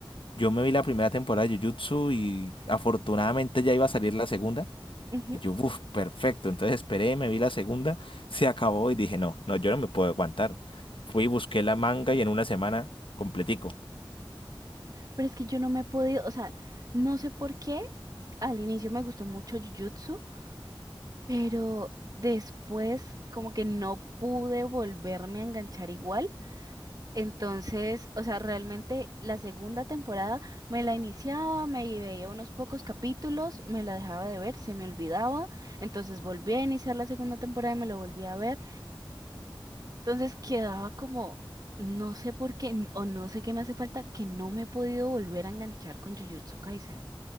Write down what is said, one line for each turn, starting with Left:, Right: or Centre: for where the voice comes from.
Left: Yo me vi la primera temporada de Jujutsu y afortunadamente ya iba a salir la segunda.
Right: Ujú.
Left: Y yo, uff, perfecto. Entonces esperé, me vi la segunda, se acabó y dije, no, no, yo no me puedo aguantar. Fui, y busqué la manga y en una semana completico.
Right: Pero es que yo no me he podido, o sea, no sé por qué. Al inicio me gustó mucho Jujutsu, Pero después como que no pude volverme a enganchar igual. Entonces, o sea, realmente la segunda temporada me la iniciaba, me veía unos pocos capítulos, me la dejaba de ver, se me olvidaba. Entonces volví a iniciar la segunda temporada y me lo volví a ver. Entonces quedaba como, no sé por qué n- o no sé qué me hace falta, que no me he podido volver a enganchar con Jujutsu Kaisen.